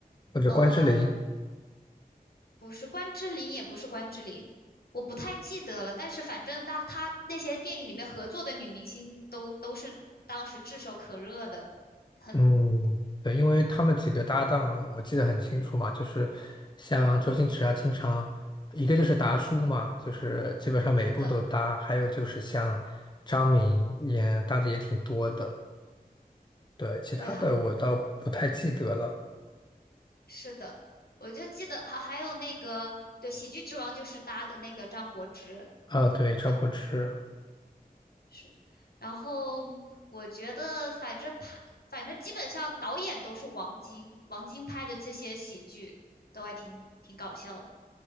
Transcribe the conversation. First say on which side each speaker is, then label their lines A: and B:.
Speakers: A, on the left (about 30°); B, on the left (about 75°).
A: 或者关之琳？
B: 呃。不是关之琳，也不是关之琳，我不太记得了。但是反正他他那些电影里面合作的女明星都都是当时炙手可热的，很
A: 嗯，对，因为他们几个搭档，我记得很清楚嘛，就是像周星驰啊，经常一个就是达叔嘛，就是基本上每一部都搭，
B: 是的，
A: 还有就是像张敏也搭的也挺多的，对，其他的我倒不太记得了。
B: 对哈，是的，我就记得还还有那个对《喜剧之王》就是搭的那个张柏芝，
A: 啊，对，张柏芝，
B: 张是，然后我觉得反正拍反正基本上导演都是王晶，王晶拍的这些喜剧都还挺挺搞笑的。